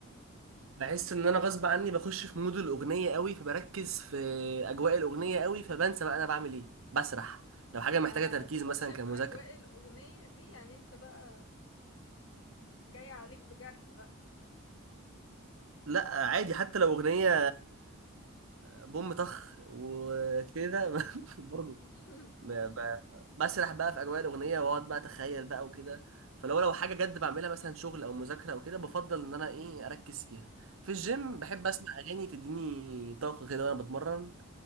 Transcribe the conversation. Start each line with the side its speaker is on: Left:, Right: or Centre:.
Right: بحس ان انا غصب عني بخش في مود الاغنيه قوي فبركز في اجواء الاغنيه قوي فبنسى بقى انا بعمل ايه بسرح لو حاجه
Left: ده
Right: محتاجه تركيز
Left: تخش
Right: مثلا
Left: في
Right: كمذاكره
Left: اجواء الاغنية دي يعني انت بقى جاي عليك بجرح بقى
Right: لا عادي حتى لو اغنيه بوم طخ وكده <laughs> برضه
Left: <laughs>
Right: ما- ب- بسرح بقى في اجواء الاغنيه واقعد بقى اتخيل بقى وكده فلو لو حاجه جد بعملها مثلا شغل او مذاكره او كده بفضل ان انا ايه اركز فيها في الجيم
Left: اه
Right: بحب اسمع اغاني تديني طاقه كده وانا بتمرن